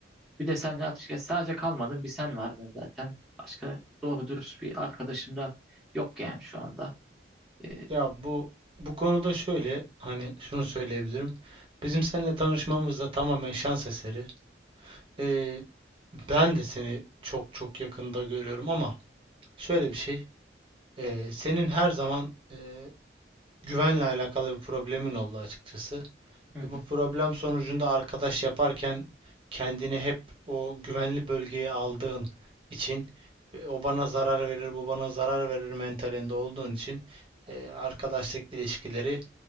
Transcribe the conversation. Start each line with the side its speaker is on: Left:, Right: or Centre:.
Centre: Bir de sen açıkçası sadece kalmadın. Bir sen vardın zaten. Başka doğru dürüst bir arkadaşım da yok yani şu anda. Ee,
Right: Ya bu bu konuda şöyle hani şunu söyleyebilirim. Bizim seninle tanışmamız da tamamen şans eseri. Ee, ben de seni çok çok yakında görüyorum ama şöyle bir şey. ee, senin her zaman ee, güvenle alakalı bir problemin oldu açıkçası.
Centre: Hı hı.
Right: Bu problem sonucunda arkadaş yaparken kendini hep o güvenli bölgeye aldığın için e, o bana zarar verir, bu bana zarar verir mentalinde olduğun için e, arkadaşlık ilişkileri